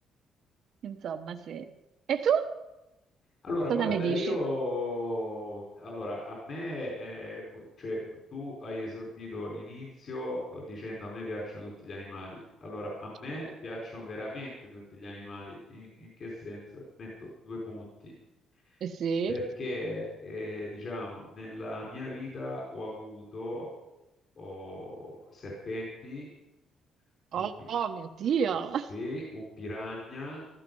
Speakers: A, on the right; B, on the left.
A: Insomma, sì. E tu
B: Allora,
A: cosa
B: guarda,
A: ne dici?
B: io, allora, a me, eh, qu- cioè, tu hai esordito l'inizio eh, dicendo a me piacciono tutti gli animali. Allora, a me
A: <laughs>
B: piacciono veramente tutti gli animali. In, in che senso? Metto due punti.
A: Eh Sì.
B: Perché, eh, diciamo, nella mia vita ho avuto oh, serpenti
A: Oh,
B: un pi-
A: oh, mio Dio.
B: sì,
A: <laughs>
B: un piranha,